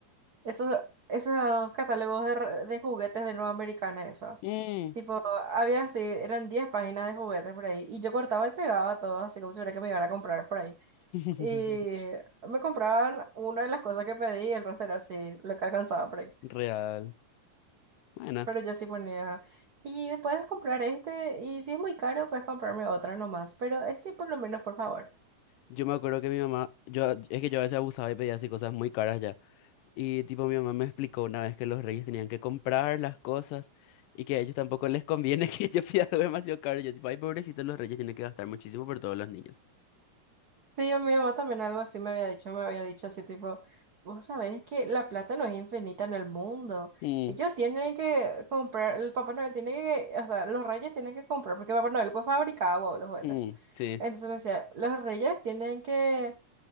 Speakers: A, on the right; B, on the left.
A: esos, esos catálogos de, re- de juguetes de Nueva Americana, eso.
B: mm.
A: Tipo, había así, eran 10 páginas de juguetes por ahí. Y yo cortaba y pegaba todo, así como si fuera que me iban a comprar por ahí.
B: <laughs>
A: Y me compraban una de las cosas que pedí y el resto era así, lo que alcanzaba por ahí.
B: Real. Bueno,
A: Pero yo sí ponía, y me puedes comprar este, y si es muy caro, puedes comprarme otro nomás, pero este por lo menos, por favor.
B: yo me acuerdo que mi mamá, yo es que yo a veces abusaba y pedía así cosas muy caras ya. Y tipo mi mamá me explicó una vez que los reyes tenían que comprar las cosas y que a ellos tampoco les conviene <laughs> que yo pida algo demasiado caro. Y Yo tipo, ay, pobrecitos los reyes tienen que gastar muchísimo por todos los niños.
A: Sí, a mi mamá también algo así me había dicho, me había dicho así tipo, vos sabés que la plata no es infinita en el mundo.
B: Mm,
A: Ellos tienen que comprar, el Papá Noel tiene que, o sea, los reyes tienen que comprar, porque Papá Noel pues fabricaba, wow, los juguetes.
B: mm, sí.
A: Entonces me decía, los reyes tienen que